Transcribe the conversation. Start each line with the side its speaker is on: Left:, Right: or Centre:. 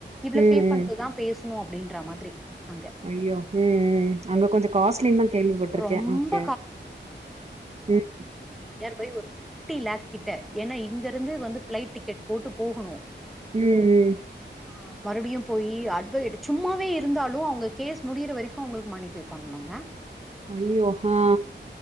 Centre: இவ்ளோ
Right: ம்.
Centre: பே
Right: ம்.
Centre: பண்ணட்டுதா பேச னும் அப்டின்றா மாதிரி அங்க
Right: ஐயோ உஹம் உ ம் அங்க கொஞ்சோ காஸ்ட்லின்னு தா கேள்விப்பட்டிருக்கே
Centre: ரொம்ப
Right: ஓகே உம்
Centre: இயர்பை ஒரு பிப்டி லேக் கிட்ட ஏன்னா இங்கிருந்து வந்து ஃப்ளைட் டிக்கெட் போட்டு போகணு
Right: உம் உம்
Centre: ஆஹ் மறுபடியும் போய் அட்வகேட் சும்மாவே இருந்தாலு அவ உங்க கேஸ் முடியற வரைக்கும் அவுங்களுக்கு மணி பே பண்ணனுங்க
Right: ஐயோ ஹா